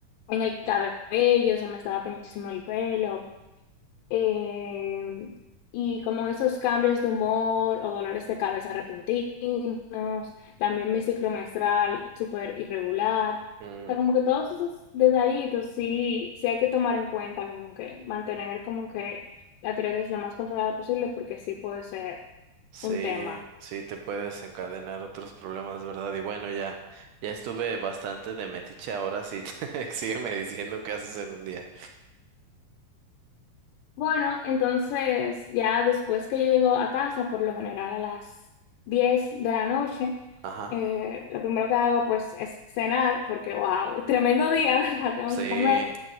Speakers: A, on the left (about 80°); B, on the right (about 70°).
A: en el cabello se me estaba cayendo muchísimo el pelo. Eh, y como esos cambios de humor o dolores de cabeza repentinos. También mi ciclo menstrual súper irregular. O
B: mm,
A: sea, como que todos esos detallitos sí, sí hay que tomar en cuenta, como que mantener como que la tiroides lo más controlada posible porque sí puede ser
B: sí,
A: un tema.
B: sí, te puede desencadenar otros problemas, ¿verdad? Y bueno, ya, ya estuve bastante de metiche ahora, sí, <laughs> sígueme diciendo qué haces en un día.
A: Bueno, entonces ya después que yo llego a casa, por lo general a las 10 de la noche,
B: Ajá.
A: eh, lo primero que hago pues es cenar, porque wow, tremendo día, <laughs> ¿verdad? Tengo
B: Sí,
A: que comer.